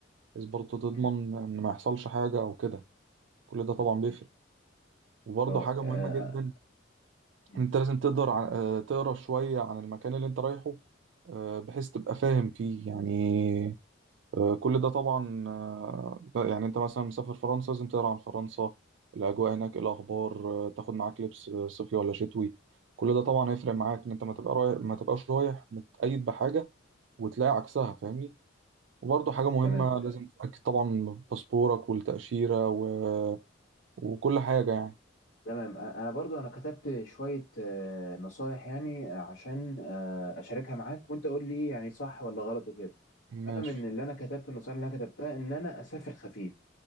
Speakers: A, on the right; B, on the left.
A: بحيث برضو تضمن
B: مم.
A: ان ما يحصلش حاجة او كده كل ده طبعا بيفرق
B: مم.
A: وبرضو
B: اه آه،
A: حاجة
B: آه،
A: مهمة جدا
B: مم.
A: انت لازم تقدر ع- آه، تقرا شوية عن المكان اللي انت رايحه آه، بحيث تبقى فاهم فيه يعني آه، كل ده طبعا آه، ده يعني انت مثلا مسافر فرنسا لازم تقرا عن فرنسا الاجواء هناك إيه الاخبار آه، تاخد معاك لبس آه، صيفي ولا شتوي كل ده طبعا هيفرق معاك ان انت ما تبقى رايح ما تبقاش رايح متقيد بحاجة وتلاقي عكسها
B: مم.
A: فاهمني وبرضه حاجة مهمة
B: تمام
A: لازم تتأكد طبعا من باسبورك والتأشيرة و... وكل حاجة يعني
B: تمام أ- انا برضو انا كتبت شوية آه، نصايح يعني عشان آه، اشاركها معاك وانت قول لي يعني صح ولا غلط وكده فانا
A: ماشي
B: من اللي انا كتبته النصايح اللي انا كتبتها ان انا اسافر خفيف